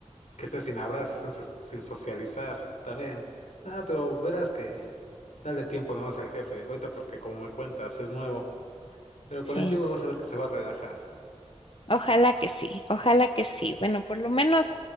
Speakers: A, on the left; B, on the left.
A: que estés sin hablar, si estés so- sin socializar también. Ah, pero verás que dale tiempo nomás al jefe, ahorita porque como me cuentas, es nuevo. Pero
B: Sí,
A: con el tiempo vas a ver que se va a relajar.
B: ojalá que sí, ojalá que sí. Bueno, por lo menos